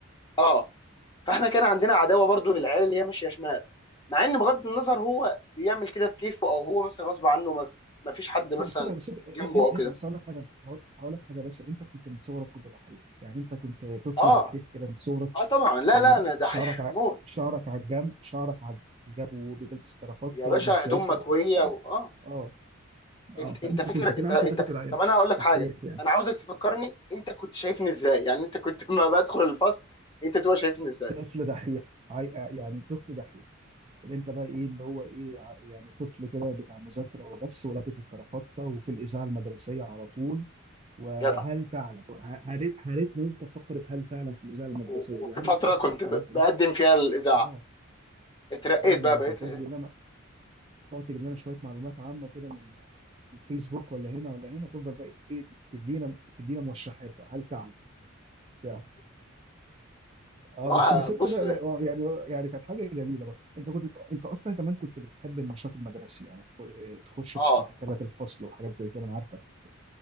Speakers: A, on the left (about 20°); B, on the right (about 30°).
A: اه فاحنا كان عندنا عداوه برضو للعيال اللي هي ماشيه شمال مع ان بغض النظر هو بيعمل كده بكيفه او هو مثلا غصب عنه ما ما فيش حد
B: بس
A: مثلا
B: بس بس
A: جنبه
B: إن
A: او كده
B: إن بس هقول لك حاجه هقول هقول لك حاجه بس انت كنت من صغرك كنت دحيح يعني انت كنت طفل
A: اه
B: دحيح كده من صغرك
A: اه طبعا لا
B: ال-
A: لا انا دحيح
B: شعرك ع...
A: موت
B: شعرك على الجنب شعرك على الجنب وبتلبس كرافتة
A: يا باشا
B: وبتذاكر
A: هدوم مكويه
B: وبتاع ف-
A: و... اه
B: اه اه
A: انت
B: فانت
A: انت فاكر
B: كنت كده
A: انت
B: عارف
A: انت
B: انت كنت دع-
A: طب انا هقول لك
B: دحيح
A: حاجه
B: يعني
A: انا عاوزك تفكرني انت كنت شايفني ازاي يعني انت كنت <laughs> لما بدخل الفصل انت تبقى شايفني ازاي
B: طفل دحيح عاي... يعني طفل دحيح اللي انت بقى ايه اللي هو ايه ع- يعني طفل كده بتاع مذاكره وبس ولابس الكرافتة وفي الاذاعه المدرسيه على طول وهل
A: جدع
B: تعلم ه- هريت هريتنا انت فقره هل تعلم في الاذاعه المدرسيه
A: و...
B: دي
A: وفي
B: يا عم
A: فتره
B: خلاص
A: كنت
B: عرفنا
A: ب-
B: ان انت
A: بقدم
B: مستر
A: فيها الاذاعه
B: اه
A: اترقيت
B: الاذاعه المدرسيه
A: بقى بقيت
B: تقعد
A: ما
B: تجيب لنا تقعد تجيب لنا شويه معلومات عامه كده من من الفيسبوك ولا هنا ولا هنا تفضل بقى ايه تدينا تدينا موشحات بقى هل تعلم بتاع. اه
A: هو
B: بس بس
A: بص
B: انت آه، يعني يعني كانت حاجه جميله بقى انت كنت انت اصلا كمان كنت بتحب النشاط المدرسي يعني تخ- تخش
A: اه
B: انتخابات الفصل وحاجات زي كده انا عارفك يعني.